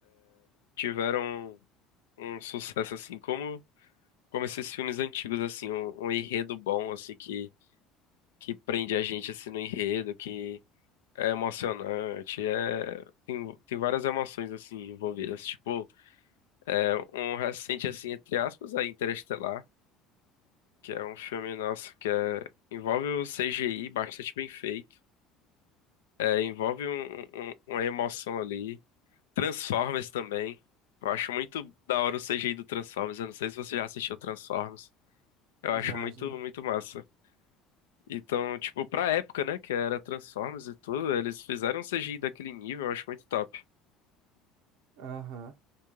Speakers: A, on the left; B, on the right.
A: tiveram um sucesso assim, como, como esses filmes antigos, assim, um, um enredo bom, assim, que que prende a gente assim no enredo, que é emocionante, é tem, tem várias emoções assim envolvidas, tipo, é um recente assim entre aspas aí Interestelar, que é um filme nosso que é envolve o CGI bastante bem feito, é, envolve um, um- uma emoção ali, Transformers também. Eu acho muito da hora o CGI do Transformers, eu não sei se você já assistiu Transformers. Eu acho
B: Já,
A: muito
B: já.
A: muito massa. Então, tipo, pra época, né, que era Transformers e tudo, eles fizeram um CGI daquele nível, eu acho muito top.
B: Aham.